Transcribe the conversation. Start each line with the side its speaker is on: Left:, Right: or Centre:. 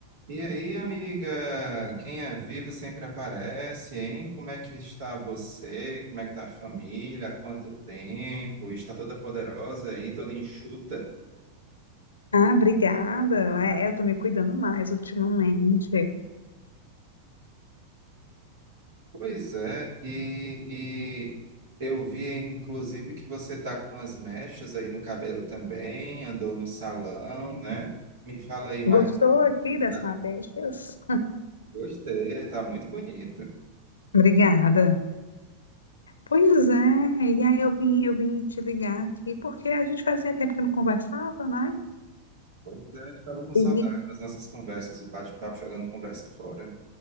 Right: E aí, amiga? Quem é vivo sempre aparece, hein? Como é que está você? Como é que está a família? Há quanto tempo? Está toda poderosa aí, toda enxuta?
Left: Ah, obrigada. É, eu tô me cuidando mais ultimamente.
Right: Pois é, e, e eu vi, inclusive, que você está com as mechas aí no cabelo também, andou no salão, né? Me fala aí mais
Left: Gostou
Right: como
Left: aqui
Right: é que tu
Left: das
Right: tá.
Left: madeixas?
Right: Gostei, está muito bonito.
Left: Obrigada. Pois é, e aí eu vim, eu vim te ligar aqui porque a gente fazia tempo que não conversava, né?
Right: Pois é, estava com saudade
Left: E,
Right: das nossas conversas, o bate-papo jogando conversa fora.